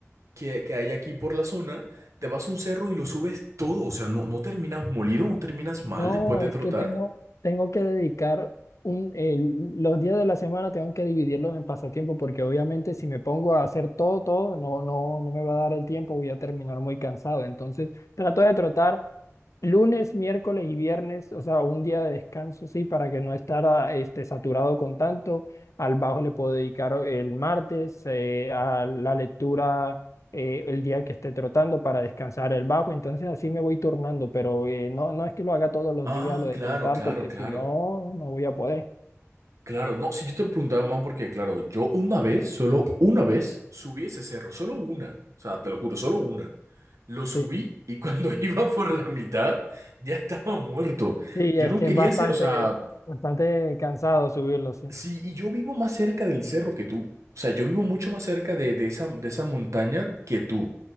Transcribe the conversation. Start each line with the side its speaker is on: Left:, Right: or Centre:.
Right: que, que hay aquí por la zona, te vas a un cerro y lo subes todo, o sea, no, no terminas molido, no terminas mal
Left: No,
Right: después de
Left: es
Right: trotar.
Left: que tengo, tengo que dedicar un, el- los días de la semana tengo que dividirlos en pasatiempo, porque obviamente si me pongo a hacer todo, todo, no, no, no me va a dar el tiempo, voy a terminar muy cansado. Entonces, trato de trotar. Lunes, miércoles y viernes, o sea, un día de descanso, sí, para que no estar este, saturado con tanto. Al bajo le puedo dedicar el martes, eh, a la lectura eh, el día que esté trotando para descansar el bajo. Entonces así me voy turnando, pero eh, no, no es que lo haga todos los
Right: Ah,
Left: días lo de
Right: claro,
Left: trotar,
Right: claro,
Left: porque
Right: claro.
Left: si no, no voy a poder.
Right: Claro, no, si yo te lo preguntaba más porque, claro, yo una vez, solo una vez, subí ese cerro, solo una, o sea, te lo juro, solo una. Lo subí
Left: Sí,
Right: y cuando <laughs> iba por la mitad, ya estaba muerto.
Left: sí,
Right: Yo
Left: es
Right: no
Left: que
Right: quería
Left: es bastante,
Right: hacer, o sea,
Left: bastante cansado subirlo, sí.
Right: Sí, y yo vivo más cerca del cerro que tú. O sea, yo vivo mucho más cerca de, de esa, de esa montaña que tú.